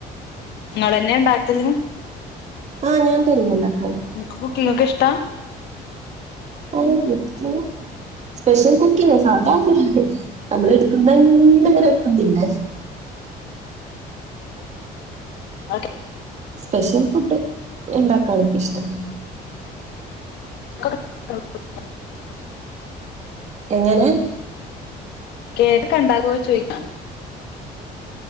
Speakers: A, on the left; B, on the right.
A: നിങ്ങന്നെ ഉണ്ടാക്കല
B: ആഹ് ഞാൻ തനിയ ഉണ്ടാക്കുന്നെ
A: എനിക്ക് കുക്കീങ്ങൊക്കെ ഇഷ്ടാ
B: <inaudible> സ്പെഷ്യൽ കുക്കി സാധാ നമ്മള് എടുക്കുന്ന എന്തര വക്കുന്നല്ലേ <inaudible>
A: ഓക്കേ
B: സ്പെഷ്യൽ ഫുഡ് ഉണ്ടാക്കാനക്ക ഇഷ്ട്ടവ
A: <inaudible>
B: എങ്ങനെ
A: കേക്ക ഇണ്ടാകുവോ ചോയ്ിക്ക